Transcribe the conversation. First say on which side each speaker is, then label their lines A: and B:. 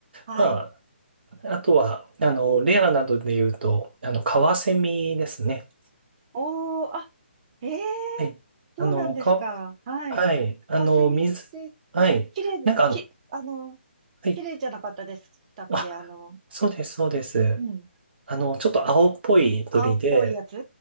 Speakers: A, on the right; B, on the right.
A: はい。
B: まあ、あとは、あの、レアなどで言うと、あの、カワセミですね。
A: おー、あ、ええ、
B: はい。
A: そうなんですか、
B: あの、か、
A: はい。
B: はい。あの、
A: カワセミって
B: 水、はい。
A: 綺麗き、
B: なんかあの、
A: あの、
B: はい。
A: 綺麗じゃなかったでしたっけあの、
B: あ、そうです、そうです。
A: うん。
B: あの、ちょっと青っぽい鳥で、
A: 青っぽいやつ